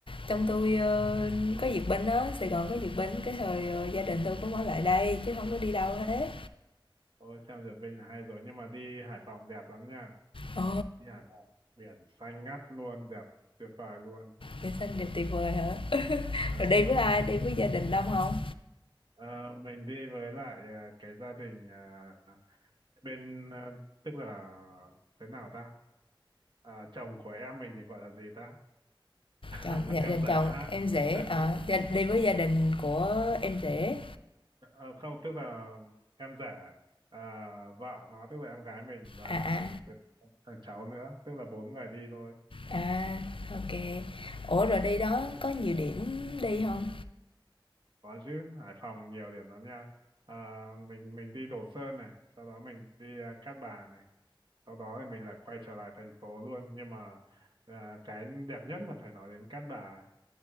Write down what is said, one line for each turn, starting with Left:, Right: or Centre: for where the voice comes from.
Left: trong tôi ờ, có duyệt binh á, Sài Gòn có duyệt binh, cái thời ờ, gia đình tôi cũng ở lại đây chứ không có đi đâu
Right: à,
Left: hết.
Right: thôi xem duyệt Vinh là hay rồi, nhưng mà đi Hải Phòng đẹp lắm nha.
Left: Ồ,
Right: Đi Hải Phòng, biển xanh ngắt luôn, đẹp tuyệt vời luôn.
Left: nhân sinh đẹp tuyệt vời hả?
Right: À,
Left: Rồi đi với ai? Đi với gia đình đông không?
Right: à, mình đi với lại à, cái gia đình à, bên, à, tức là à, thế nào ta? à, chồng của em mình thì gọi là gì ta <laughs>
Left: Chồng dạ
Right: em
Left: đình
Right: giả
Left: chồng
Right: ha
Left: em rể,
Right: <laughs>
Left: ở
Right: à,
Left: gia đi với gia đình của em
Right: à,
Left: rể.
Right: à, không tức là em giả à, vợ nó tức là em gái mình và
Left: À, à,
Right: cái- thằng cháu nữa tức là bốn người đi thôi
Left: à, ô
Right: Ừ.
Left: Ủa, rồi đi đó có nhiều điểm đi không
Right: có chứ Hải Phòng nhiều điểm lắm nha à, mình mình đi Đồ Sơn này sau đó mình đi à, Cát Bà này sau đó thì mình lại quay trở lại thành phố luôn nhưng mà à, cái đẹp nhất là phải nói đến Cát Bà ấy.